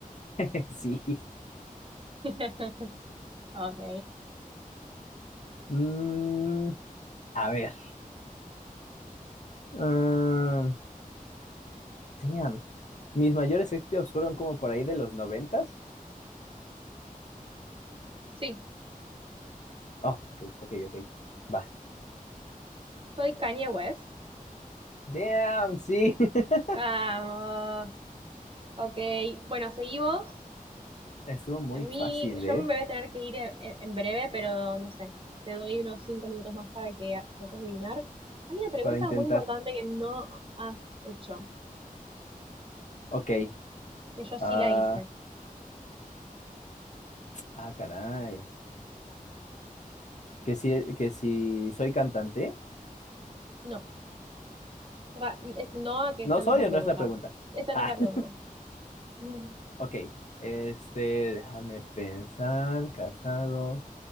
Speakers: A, on the left (about 55°); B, on the right (about 35°).
A: <laughs> Sí.
B: <laughs> Ok,
A: Mm, a ver. ah, damn. Mis mayores éxitos fueron como por ahí de los noventas.
B: sí,
A: Oh, ok, ok, ok. Va.
B: soy Kanye West.
A: Damn, sí. <laughs>
B: Vamos. Ok. Bueno, seguí vos.
A: Estuvo muy
B: A mí,
A: fácil, ¿eh?
B: yo me voy a tener que ir en, en breve, pero no sé. Te doy unos cinco minutos más para que a- trates de adivinar. Hay una pregunta
A: Para intentar.
B: muy importante que no has hecho,
A: Ok.
B: que yo sí
A: Ah,
B: la hice.
A: ah, caray. ¿Que si, que si soy cantante?
B: No. O sea, es- no a que
A: ¿No
B: esa
A: soy
B: no es la
A: o
B: pregunta.
A: no es la pregunta?
B: Esa no
A: Ah,
B: es la pregunta.
A: <laughs>
B: <laughs> Ujú.
A: ok. Este, déjame pensar. Casado,